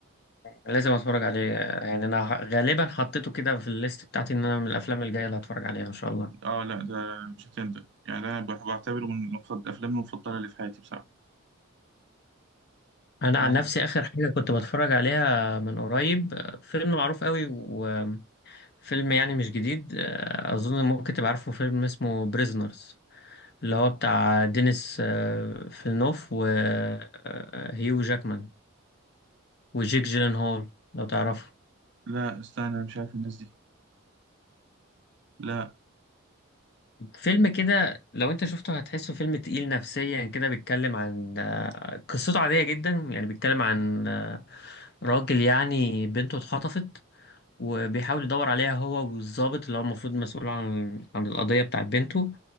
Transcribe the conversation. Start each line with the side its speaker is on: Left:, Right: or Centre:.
Left: لازم اتفرج عليه يعني انا ه- غالبا حطيته كده في الليست بتاعتي ان انا من الافلام الجايه اللي هتفرج عليها ان شاء الله
Right: آه لا ده مش هتندم يعني ده بح- بعتبره من المفضل الأفلام المفضلة اللي في حياتي بصراحة
Left: انا
Right: يعني
Left: عن نفسي اخر حاجه كنت بتفرج عليها من قريب آه، فيلم معروف قوي وفيلم يعني مش جديد آه، اظن ممكن تبقى عارفه فيلم اسمه بريزنرز اللي هو بتاع دينيس آه، فيلنوف وهيو جاكمان وجيك جيلنهول لو تعرفه
Right: لا استنى أنا مش عارف الناس دي لا
Left: فيلم كده لو انت شفته هتحسه فيلم تقيل نفسيا كده بيتكلم عن آه، قصته عادية جدا يعني بيتكلم عن آه، راجل يعني بنته اتخطفت وبيحاول يدور عليها هو والضابط اللي هو المفروض مسؤول عن عن القضية بتاعت بنته